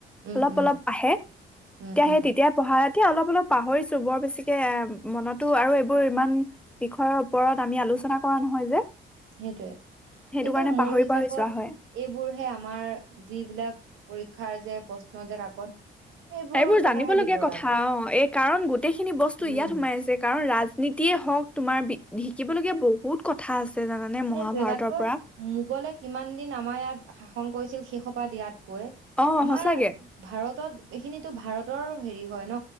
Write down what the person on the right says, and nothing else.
উম
উম
উম
উম
সেইটোয়ে
কিন্তু
মোৰ
হিচাপত
এইবোৰহে আমাৰ যিবিলাক পৰীক্ষাৰ যে প্ৰশ্ন যে কাকত সেইবোৰ
কথাহে
দিব
লাগে
উম
সেইটোৱে
তাতো
মোগলে কিমান দিন আমাৰ ইয়াত শাসন কৰিছিল সেইসোপা দিয়াত কৈ
আমাৰ
ভাৰতত এইখিনিতো ভাৰত ৰ হেৰি হয় ন